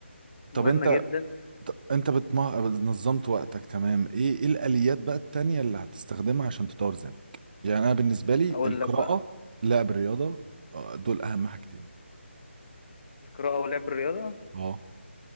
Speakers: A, on the left; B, on the right.
A: مهمه
B: طب انت
A: جدا
B: ط- انت بتما... نظمت وقتك تمام ايه ايه الاليات بقى التانية اللي هتستخدمها عشان تطور ذاتك يعني انا بالنسبة لي
A: هقول
B: القراءة
A: لك بقى
B: لعب الرياضة آه، دول اهم حاجتين
A: القراءه ولعب الرياضه
B: اه